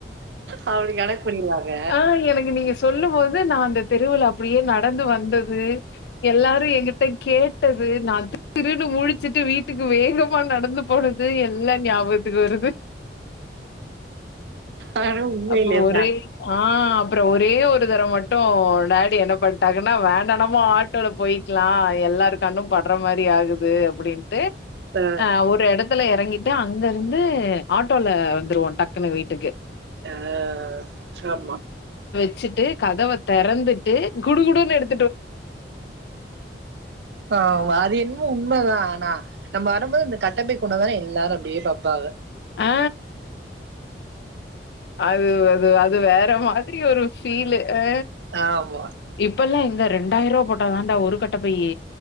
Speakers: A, on the right; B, on the left.
A: அப்படி கணக்கு பண்ணிருவாங்க
B: ஆ எனக்கு நீங்க சொல்லும்போது நா அந்த தெருவுல‌ அப்டியே நடந்து வந் தது எல்லாரு எங்க ட்ட கேட்டது நா திருதிருனு முழிச்சுட்டு வீட்டுக்கு வேக மா நடந்து போனது எல்லா ஞாபக த்துக்கு வருது
A: ஆனா உண்மையிலேதான்
B: அப்ப ஒரே ஆ அப்றொ ஒரே ஒரு தரவ் மட்டு டாடி என்ன பண்ட்டாங்கன்னா வேணா நம்ம ஆட்டோல போயிக்லா எல்லாரு கண்ணு பட்ற மாரி ஆகுது அப்டின்ட்டு
A: அ
B: ஆ ஒரு எடத்துல எறங்கி ட்டு அங்கருந்து ஆட்டோல வந்துருவோ டக்குனு வீட்டுக்கு
A: ஆ சாமா
B: ச்சுட்டு கதவ தெறந்துட்டு குடு குடுன் எடு
A: ஆ‌மா அது என்மோ உண்மதா ஆனா நம்ம வரும்போது இந்த கட்டப்பை கொண்டாந்தானோ எல்லாரு அப்டியே பாப்பாக
B: ஆ அது அது அது வேற மாதிரி ஒரு ஃபீலு அ
A: ஆமா
B: இப்பல்லா இந்த ரெண்டாயருவா போட்ட தான்டா ஒரு கட்ட பையி.